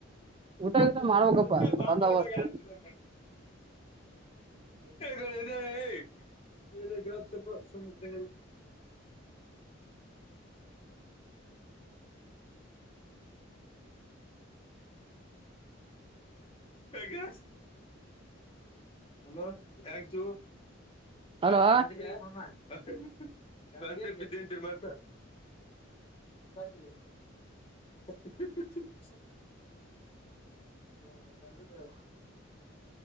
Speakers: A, on the right; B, on the left.
A: ಊಟ ಗೀಟ
B: ಅದ
A: ಮಾಡ್ಬೇಕಪ್ಪ
B: ಸ್ವಚ್ ಬಾಂಬುಿದಾಗ
A: ಬಂದೋಬಸ್ತ್
B: ಯನ್ ಮಾಡಿ ಹಗಡೆ ಎಏಲ್ಲ ಗ್ರಾಪ್ಸಭಾ ಸಮುುದ್ರಗಳು ಚ ಮಲ ಯ ಚು
A: ಹಲೋ
B: ಹಾ ಯಾದ್ಗೀರಿ ಮಾಮ <unintelligible> ಉಂಡಾತ್ರಿ <unintelligible> ಹಾ ಬಂದಿದ್ರ